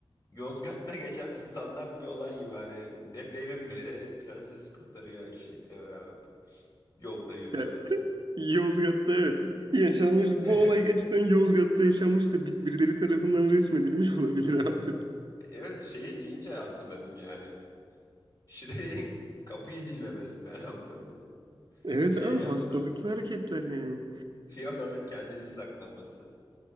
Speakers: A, on the left; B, on the right.
A: Yozgat'ta geçen standart bir olay gibi hani de- devin biri prensesi kurtarıyor eşekle beraber. Yolda yürüyorlar.
B: Ya, <laughs> Yozgat'ta evet. Yaşanmış. Bu
A: <laughs>
B: olay gerçekten Yozgat'ta yaşanmış da bir- birileri tarafından resmedilmiş <laughs> olabilir abi.
A: Evet şeyi deyince hatırladım yani. Shrek'in
B: Evet
A: kapıyı dinlemesi falan böyle.
B: Evet
A: Şey
B: abi
A: yapması.
B: hastalıklı hareketler yani.
A: Fiona'nın kendini saklaması.